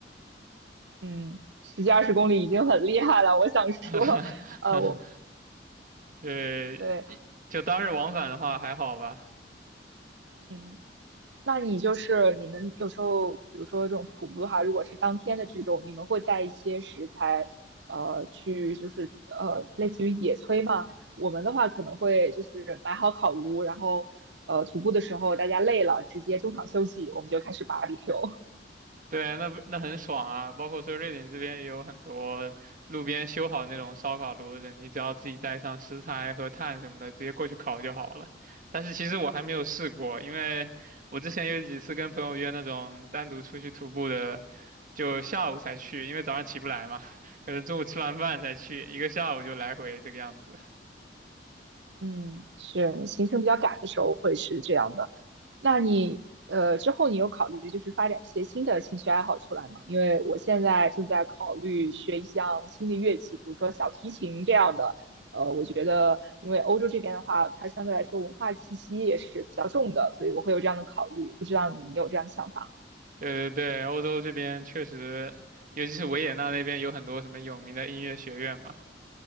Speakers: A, on the right (about 75°); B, on the right (about 50°).
A: 嗯，十几二十公里已经很厉害了。我想说，
B: <laughs>
A: 呃，我
B: 对，
A: 对，
B: 就当日往返的话还好吧。
A: 嗯，那你就是你们有时候，比如说这种徒步的话，如果是当天的这种，你们会带一些食材，呃，去就是呃，类似于野炊嘛。我们的话可能会就是买好烤炉，然后呃，徒步的时候大家累了，直接中场休息，我们就开始 barbecue。
B: 对，那不那很爽啊！包括说瑞典这边也有很多路边修好那种烧烤炉子，你只要自己带上食材和炭什么的，直接过去烤就好了。但是其实我还没有试过，因为我之前有几次跟朋友约那种单独出去徒步的。就下午才去，因为早上起不来嘛，<laughs> 可能中午吃完饭再去，一个下午就来回这个样子。
A: 嗯，是行程比较赶的时候会是这样的。那你呃之后你有考虑就是发展一些新的兴趣爱好出来吗？因为我现在正在考虑学一项新的乐器，比如说小提琴这样的。呃，我觉得因为欧洲这边的话，它相对来说文化气息也是比较重的，所以我会有这样的考虑。不知道你有这样的想法吗？
B: 对对对，欧洲这边确实，尤其是维也纳那边有很多什么有名的音乐学院嘛。